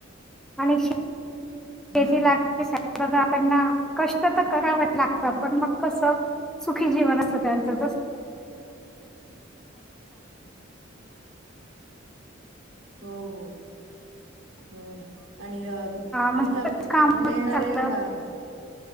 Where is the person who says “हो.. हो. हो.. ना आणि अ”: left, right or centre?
Right